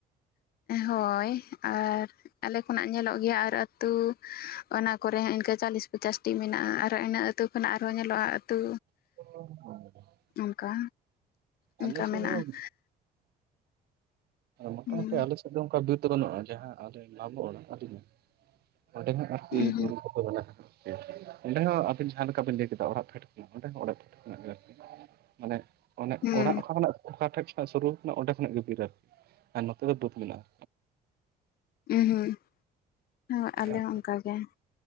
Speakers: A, on the left (about 65°); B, on the right (about 70°).
A: ᱦᱳᱭ ᱟᱨ ᱟᱞᱮ ᱠᱷᱚᱱᱟᱜ ᱧᱮᱞᱚᱜ ᱜᱮᱭᱟ ᱟ ᱮᱴᱟᱜ ᱟᱹᱛᱩ, ᱚᱱᱟ ᱠᱚᱨᱮ ᱦᱚᱸ ᱤᱱᱠᱟᱹ ᱪᱟᱞᱤᱥ ᱯᱚᱪᱟᱥᱴᱤ ᱢᱮᱱᱟᱜ-ᱟ ᱟᱨ ᱤᱱᱟᱹ ᱟᱹᱛᱩ ᱠᱷᱚᱱᱟᱜ ᱟᱨᱦᱚᱸ ᱧᱮᱞᱚᱜ-ᱟ ᱟᱹᱛᱩ᱾
B: <inaudible>
A: ᱚᱱᱠᱟ᱾
B: ᱟᱞᱮ
A: ᱚᱱᱠᱟ
B: ᱥᱮᱜ
A: ᱢᱮᱱᱟᱜᱼᱟ
B: ᱦᱚᱸ ᱢᱚᱴᱟᱢᱩᱴᱤ
A: ᱦᱩᱸ
B: ᱟᱞᱮ ᱫᱚ ᱚᱝᱠᱟ ᱵᱤᱨ ᱫᱚ ᱵᱟᱹᱱᱩᱜ-ᱟ ᱡᱟᱦᱟᱸ ᱟᱞᱮ ᱢᱟᱢᱚ ᱚᱲᱟᱜ ᱟᱹᱰᱤ ᱜᱟᱱ ᱚᱸᱰᱮ ᱦᱟᱸᱜ ᱟᱨᱠᱤ
A: ᱦᱩᱸ
B: ᱵᱩᱨᱩ ᱠᱚ᱾ ᱠᱚ ᱢᱮᱱᱟᱜ-ᱟ <unintelligible> ᱚᱸᱰᱮ ᱦᱚᱸ ᱟᱹᱵᱤᱱ ᱡᱟᱦᱟᱸ ᱞᱮᱠᱟ ᱵᱤᱱ ᱞᱮᱭ ᱠᱮᱫᱟ ᱚᱲᱟᱜ ᱯᱷᱮᱰ ᱠᱷᱚᱱ ᱚᱸᱰᱮ ᱦᱚᱸ ᱚᱲᱟᱜ ᱯᱷᱮᱰ ᱠᱷᱚᱱᱟᱜ ᱜᱮ ᱟᱨᱠᱤ ᱢᱟᱱᱮ ᱚᱱᱮ
A: ᱦᱩᱸ
B: ᱚᱲᱟᱜ ᱚᱠᱟ ᱠᱷᱚᱱᱟᱜ ᱚᱠᱟᱴᱷᱮᱡ ᱠᱷᱳᱱᱟᱜ ᱥᱩᱨᱩ ᱠᱟᱱᱟ ᱚᱸᱰᱮ ᱠᱷᱚᱱᱟᱜ ᱜᱮ ᱵᱤᱨ ᱟᱹᱨᱠᱤ ᱟᱨ ᱱᱚᱛᱮ ᱫᱚ ᱵᱟᱹᱫᱽ ᱢᱮᱱᱟᱜ-ᱟ᱾
A: ᱩ ᱦᱩᱸ ᱦᱳᱭ ᱟᱞᱮ
B: ᱟᱨᱠᱤ᱾
A: ᱦᱚᱸ ᱚᱱᱠᱟ ᱜᱮ᱾